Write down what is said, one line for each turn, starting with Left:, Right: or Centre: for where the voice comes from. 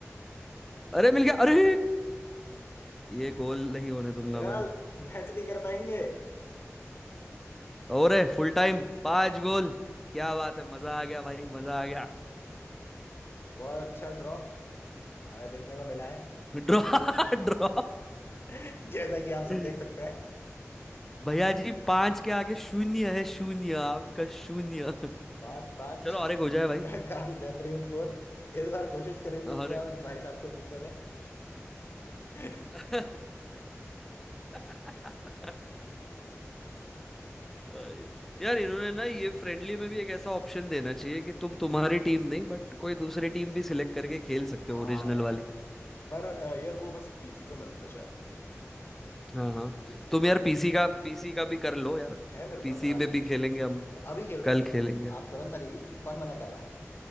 Centre: अरे मिल गया अरे ये गोल नहीं होने दूंगा
Left: यार
Centre: मैं
Left: मैच नहीं कर पाएंगे
Centre: और फुल टाइम पांच गोल क्या बात है मजा आ गया भाई मजा आ गया
Left: बहुत अच्छा ड्रॉ हमें देखने को मिला है
Centre: Draw draw
Left: <laughs> जैसा कि आप
Centre: <laughs>
Left: सब देख सकते हैं
Centre: भैया जी पांच के आगे शून्य है शून्य आपका शून्य
Left: पाँच पाँच
Centre: चलो और एक हो जाए भाई
Left: <laughs> काफी बेहतरीन स्कोर इस बार कोशिश करेंगे
Centre: और
Left: कि हम भाई साहब को जीतने दें
Centre: एक <laughs> भाई यार इन्होंने ना ये फ्रेंडली में भी एक ऐसा ऑप्शन देना चाहिए कि तुम तुम्हारी टीम नहीं बट कोई दूसरी टीम भी सिलेक्ट करके खेल
Left: <laughs>
Centre: सकते
Left: हाँ
Centre: हो ओरिजिनल
Left: यार
Centre: वाली
Left: पर अ, यार वो बस पीसी पे मिलता है शायद
Centre: हाँ
Left: पीसी
Centre: हाँ
Left: पीएस
Centre: तुम
Left: होगा
Centre: यार पीसी का पीसी का भी कर लो यार
Left: है मेरे पास
Centre: पीसी
Left: आ
Centre: पे
Left: जाइए
Centre: भी खेलेंगे हम
Left: अभी खेल
Centre: कल
Left: सकता हूँ
Centre: खेलेंगे
Left: आप तुरंत आ जाइए कौन मना कर रहा है